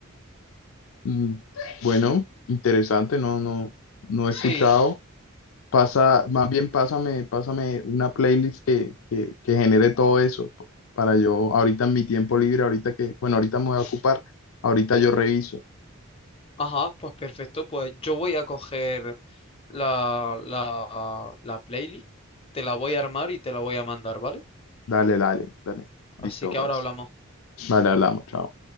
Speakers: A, on the left (about 70°); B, on the left (about 25°).
A: Mm, Bueno, interesante, no, no, no he escuchado.
B: Sí,
A: Pasa, más bien pásame, pásame una playlist que, que, que genere todo eso p- para yo, ahorita en mi tiempo libre, ahorita que, bueno, ahorita me voy a ocupar, ahorita yo reviso.
B: ajá, pues perfecto, pues yo voy a coger la, la, la playlist, te la voy a armar y te la voy a mandar, ¿vale?
A: Dale, dale, dale.
B: Así
A: Listo,
B: que
A: pues.
B: ahora hablamos.
A: Vale, hablamos, chao.